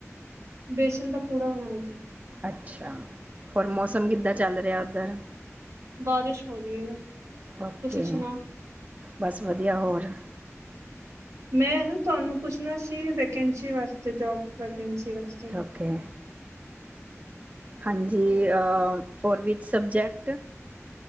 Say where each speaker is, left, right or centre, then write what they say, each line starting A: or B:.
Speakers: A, on the right (about 75°); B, on the right (about 30°).
A: ਬੇਸਣ ਦਾ ਪੂੜਾ ਬਣਾ ਰੀ ਸੀ।
B: ਅੱਛਾ, ਔਰ ਮੌਸਮ ਕਿੱਦਾਂ ਚੱਲ ਰਿਆ ਓਧਰ?
A: ਬਾਰਿਸ਼ ਹੋ ਰੀ ਏ।
B: ਓਕੇ
A: ਤੁਸੀਂ ਸੁਣਾੳ?
B: ਬਸ ਵਧੀਆ, ਹੋਰ-
A: ਮੈਂ ਨਾ ਤੁਆਨੂੰ ਪੁੱਛਣਾ ਸੀ, ਵੈਕੈਂਸੀ ਵਾਸਤੇ- ਜੋਬ ਵੈਕੈਂਸੀ ਵਾਸਤੇ।
B: ਕੈ- ਹਾਂਜੀ ਆ, ਫੋਰ ਵਿਚ ਸਬਜੈਕਟ?